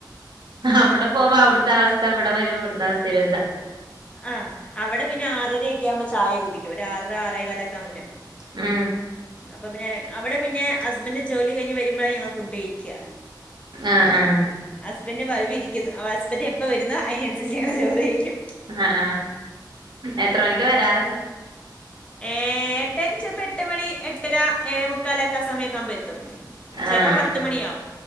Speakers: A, on the right; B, on the left.
A: അവിടെ പോകുമ്പോ അവിടുത്തെ അവസ്ഥ ഇവടെ വരുമ്പോ ഇവട്ത്തെ അവസ്ഥേല്
B: അ അവടെ പിന്നെ ആറരൊക്കെ ആകുമ്പോ ചായ കുടിക്കും ഒര് ആറര ആറേ കാലൊക്കെ ആവുമ്പത്തിനും
A: ആ
B: അപ്പൊ പിന്നെ അവിടെ പിന്നെ ഹസ്ബന്റ് ജോലി കഴിഞ്ഞ് വരുമ്പോഴാ ഞങ്ങള് ഫുഡ് കഴിക്കാ
A: ആ ആ
B: ഇവൻെ വൈവ ഇരിക്കുന്ന് അ അസ്പന്റ് എപ്പോ വരുന്നോ അയിനനുസരിച്ച് ഞങ്ങള് ചോറ് കഴിക്കും
A: അ ആ എത്ര മണിക്ക വരാറ്
B: ഏ എട്ടഞ്ച് അപ്പൊ എട്ട് മണി എട്ടര ഏഴ മുക്കാലൊക്കെ അ സമയൊക്കെ ആവുമ്പൊ എ തും ചെൽപ്പോ
A: ആഹ്
B: പത്തുമണിയാവും